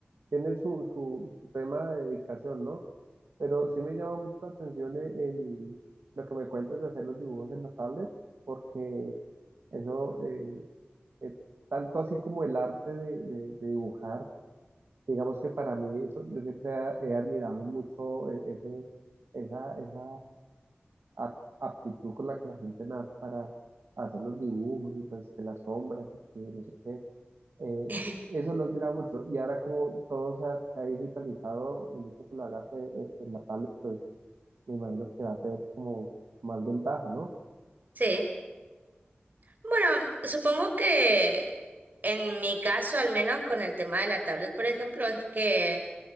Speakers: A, on the right; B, on the right.
A: tiene su, su, su tema de dedicación, ¿no? Pero sí me llama mucho la atención e- el, lo que me cuentas de hacer los dibujos en la tablet, porque eso, eh, es tanto así como el arte de, de- de dibujar, digamos que para mí, eso, yo siempre he, he admirado mucho e- ese, esa, esa ap- aptitud con la que la gente nace para hacer los dibujos y pues que las sombras y que no sé qué. Eh,
B: <laughs>
A: eso lo admira mucho. Y ahora como todo se ha, se ha digitalizado, el hecho que lo hagas eh, eh, en la tablet, pues me imagino que va a ser como más ventaja, ¿no?
B: Sí. Bueno, supongo que en mi caso, al menos con el tema de la tablet, por ejemplo, es que